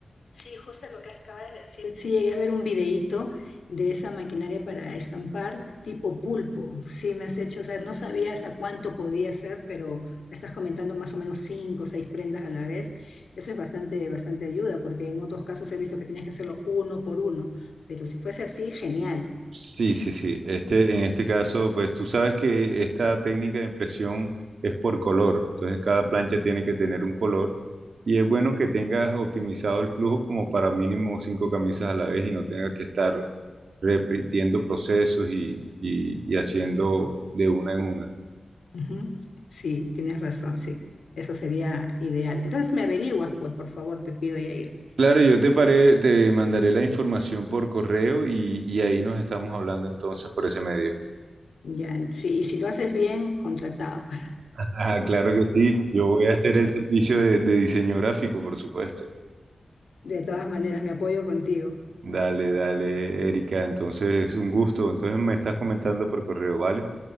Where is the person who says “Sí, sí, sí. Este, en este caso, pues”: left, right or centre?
Right